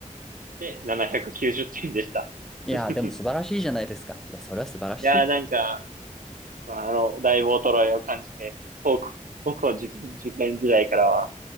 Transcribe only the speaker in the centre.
いやー、
でも素晴らしいじゃないですか。いや、それは素晴らしい。